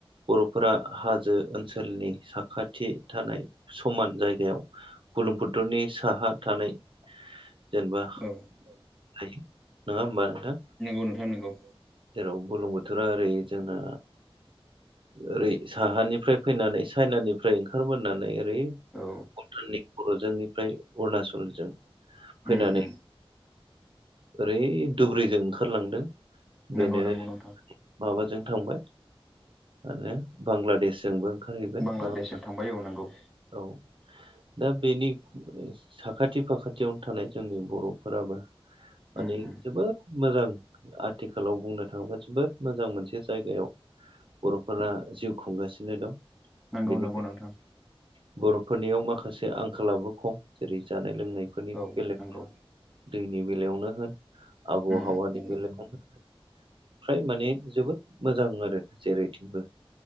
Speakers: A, on the right (about 55°); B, in the centre.
A: बर'फोरा हाजो ओनसोलनि साखाथि थानाय समान जायगायाव बुर्लुंबुतुनि साहा थानाय जेनेबा
B: औ
A: थायो नङा होमबा नोंथां
B: नंगौ नोंथां नंगौ
A: जेराव गोलोम बोथोरा ओरै जोंना ओरै साहानिफ्राय फैनानै चाइनानिफ्राय ओंखारबोनानै ओरै
B: औ
A: भुटाननि बर'जोंनिफ्राय अरुणाचलजों फैनानै
B: उम उम
A: ओरै दुब्रिजों ओंखारलांदों
B: नंगौ
A: बेनो
B: नंगौ नोंथां
A: माबाजों थांबाय आरो बांलादेशजोंबो ओंखारहैबाय
B: बांलादेशजों
A: नङा
B: थांबाय औ नंगौ
A: औ दा बेनि साखाथि फाखाथियावनो थानाय जोंनि बर'फोराबो माने
B: उम उम
A: जोबोद मोजां आथिखालाव बुंनो थाङोबा जोबोद मोजां मोनसे जायगायाव बर'फोरा जिउ खुंगासिनो दं।
B: नंगौ
A: बेनिखायनो
B: नंगौ नोंथां
A: बर'फोरनियाव माखासे आंखालाबो खम जेरै जानाय लोंनायफोरनि
B: औ
A: बेलेग
B: नंगौ
A: दैनि बेलायावनो होन
B: उम
A: आबहावानि
B: नंगौ
A: बेलायावनो फ्राय माने जोबोद मोजां आरो जेरैथिंबो